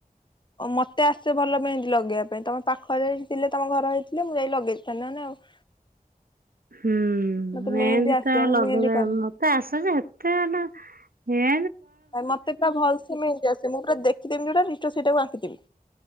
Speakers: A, on the left; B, on the right.
A: ମତେ ଆସେ ଭଲ ପାଇଁ ଲଗେଇବା ପାଇଁ ତମ ପାଖରେ ଥିଲେ ତମ ଘର ହେଇଥିଲେ ମୁଁ ଯାଇ ଲଗେଇଥାିହଲେ ଆଉ।
B: ହୁଁ
A: ମତେ
B: ମେହନ୍ଦୀ
A: ମେହେନ୍ଦୀ ଆସେ
B: ତ
A: ମୁଁ
B: ଲଗେଇ
A: ମେହେନ୍ଦୀ କରେ।
B: ମତେ ଆସ ଯେ ଏତେଲା ହେ
A: ାଇ ମତେ ପୁରା ଭଲ ସିମ ହେ ଆସେ ମୁଁ ପୁରା ଦେଖି କି ଯୋଉଟା ରିଷ୍ଟ ସେଇଟାକୁ ଆଙ୍କିଥିବି